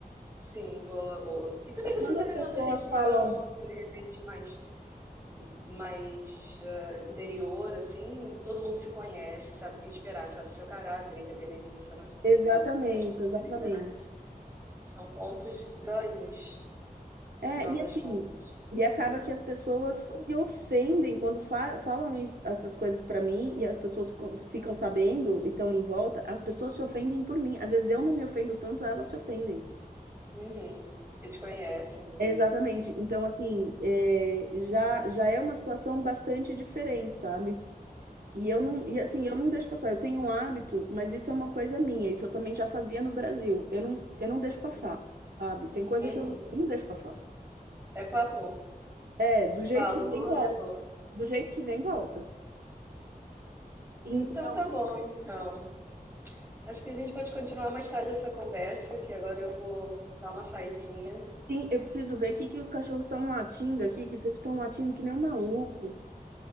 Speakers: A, on the right; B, on the right.
A: Sim, boa, boa. E também você
B: Quando
A: tá
B: as
A: em
B: pessoas
A: outra região,
B: falam.
A: assim, de repente mais mais eh, interior, assim, todo mundo se conhece, sabe o que esperar, sabe seu caráter, independente da sua nacionalidade
B: Exatamente,
A: também. Acho que facilita,
B: exatamente.
A: né? São pontos ganhos,
B: É,
A: no final
B: e
A: das
B: assim,
A: contas.
B: e acaba que as pessoas se ofendem quando fa- falam isso- essas coisas pra mim e as pessoas ficam, ficam sabendo e estão em volta, as pessoas se ofendem por mim. Às vezes eu não me ofendo tanto, elas se ofendem.
A: Uhum. Porque te conhecem.
B: Exatamente. Então, assim, é, já, já é uma situação bastante diferente, sabe? E eu não, e assim, eu não deixo passar. Eu tenho um hábito, mas isso é uma coisa minha. Isso eu também já fazia no Brasil. Eu não, eu não deixo passar,
A: Uhum.
B: sabe? Tem coisa
A: Uhum.
B: que eu não eu não deixo passar.
A: É papo.
B: É, do jeito
A: Valor,
B: que vem, volta.
A: levou.
B: Do jeito que vem, volta. Então,
A: Então tá bom, então. Acho que a gente pode continuar mais tarde essa conversa, que agora eu vou dar uma saidinha.
B: assim, eu preciso ver o que que os cachorros estão latindo aqui, que estão latindo que nem um maluco.